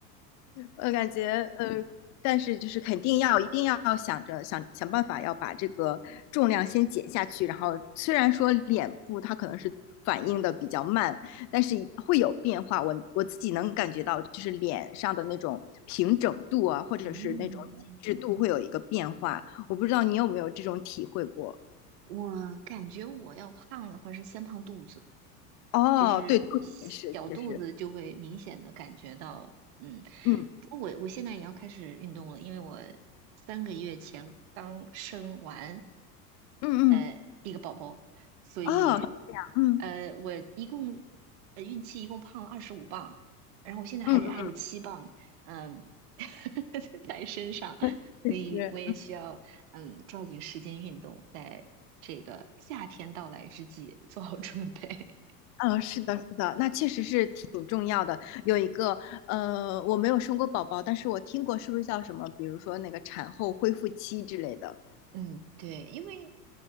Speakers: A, on the left; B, on the right.
A: 我感觉呃，但是就是肯定要一定要想着想想办法要把这个重量先减下去，然后虽然说脸部它可能是反应的比较慢，但是会有变化。我我自己能感觉到，就是脸上的那种平整度啊，或者是那种紧致度会有一个变化。
B: 嗯，
A: 我不知道你有没有这种体会过？
B: 我感觉我要胖的话是先胖肚子，
A: 哦，
B: 就是小肚子就会明显的感觉到，
A: 对，肚子也是，就是，
B: 嗯，
A: 嗯
B: 不过我我现在也要开始运动了，因为我三个月前刚生完
A: 嗯嗯，
B: 呃一个宝宝，所以
A: 哦，嗯
B: 呃我一共呃孕期一共胖了二十五磅，然后我现在还还有七磅，
A: 嗯
B: 嗯，<laughs> 在身上，
A: 嗯，确实。
B: 所以我也需要嗯抓紧时间运动，在这个夏天到来之际做好准备。
A: 嗯，是的，是的，那确实是挺重要的。有一个，呃，我没有生过宝宝，但是我听过，是不是叫什么？比如说那个产后恢复期之类的。
B: 嗯，对，因为